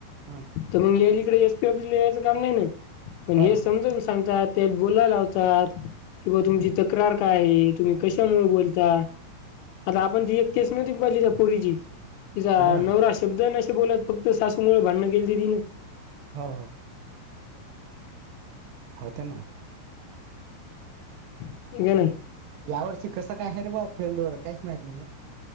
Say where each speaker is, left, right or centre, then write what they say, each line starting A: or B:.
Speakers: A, on the right (about 80°); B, on the left (about 90°).
A: हा.
B: तर मग याल इकडे एस पी ऑफिसला यायचं काम नाही ना पण
A: हो
B: हे समजाून सांगतात त्या बोलायला लावतात कि बा तुमची तक्रार काय आहे तुम्ही कशामुळे बोलता आता आपण ती एक केस नव्हती पहि तिचा पुरीची तिचा
A: हो ना
B: नवरा शब्दे बोलत फक्त सासूमुळेळ भांडण केली तीने.
A: हो हो. होते ना.
B: हे का नाही.
A: या वर्षी कसं काय हरवा फेल्ड वर काहीच माहती नाही.